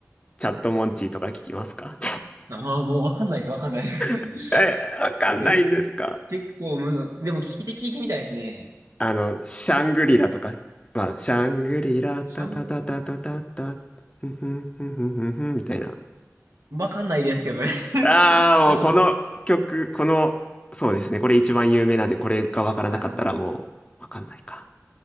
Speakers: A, on the left (about 20°); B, on the right (about 80°).
A: チャットモンチーとか聞きますか
B: あ、もうわかんないです、わかんないです。<laughs>
A: <laughs> え、わかんないんですか
B: け、結構む、でも聞いて聞いてみたいですね。
A: あの、シャングリラとか、まあ、シャングリラ、タタタタタタタ、
B: し
A: ふんふんふんふんふんふんみたいな。
B: わかんないですけどね。<laughs>
A: ああ、もうこの曲、
B: でも、
A: この、そうですね、これ一番有名なんで、これがわからなかったらもう、
B: ああ、
A: わかんないか。